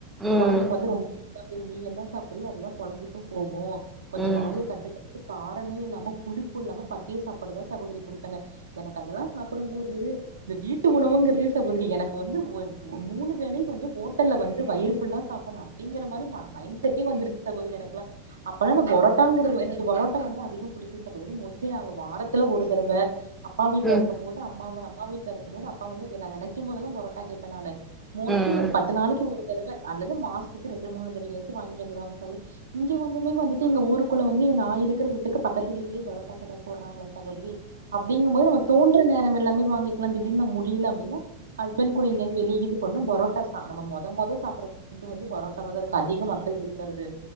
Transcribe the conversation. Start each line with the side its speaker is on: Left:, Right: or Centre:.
Centre: ம்
Right: கொழந்தைக்கு வந்து ரொம்ப அது நீ என்ன சாப்டுற அதுதான் கொழந்தைக்கும் போகூ கொஞ்சோ
Centre: ம்
Right: வாய கட்டுபடுத் காரமே இல்லாம புளிப்பு இல்லாம பத்தியே சாப்படுதான் சகோதரி கொடுத்தாங்க எனக்கு அதெல்லாம் சாப்பிடும் போது இந்த வீட்டு உணவுங்கிறதே சகோதரி எனக்கு வந்து ஒரு மூணு வேளையும் வந்து வந்து வயிறு ஃபுல்லா சாப்பிடனும் அப்படிங்கிற மாரி நான் மைன் செட்டே வந்துருச்சு சகோதரி எனக்குலாம் அப்பலா நான் பரோட்டாங்கிறது எனக்கு பரோட்டா வந்து அதிக புடிக்கு சகோதரி மோஸ்லி நாங்க வாரத்துல ஒரு தரவ அப்பா வீட்டுல
Centre: ம் ம்
Right: இருக்கும் போது அம் அம்மா வீட்ல இருக்கும் போது அப்பா வந்து நான் நெனைக்கும் போதெல்லாம் பரோட்டா கேப்பேன் நானு மோஸ்ட்லி
Centre: ம்
Right: பத்து நாளைக்கு ஒரு தடவ அல்லது மாசத்துக்கு ரெண்டு மூணு தறவைய ஏச்ச வாங்கிட்டு வந்துருவாங்க சகோதரி இங்கே வந்துமே வந்துட்டுங்க ஊருக்குள்ள வந்து நான் இருக்கிற வீட்டுக்கு பக்கத்து வீட்டுலேயே பரோட்டா கடை போடுறாங்களா சகோதரி அப்படிங்கும் போது நம்ப தோன்றற நேம் எல்லமே வாங்கிக்கலாம் திடீனுா முடியல அப்படின்னா ஹஸ்பண்ட் கூட இங்கயது வெளியே இது பண்ணோம் பரோட்டா நம்ம மத மொத மொத சாப்டற ஃபுட்டு வந்து பரோட்டாவ தான்க்குது அதிக மக்கள்விரும்புறது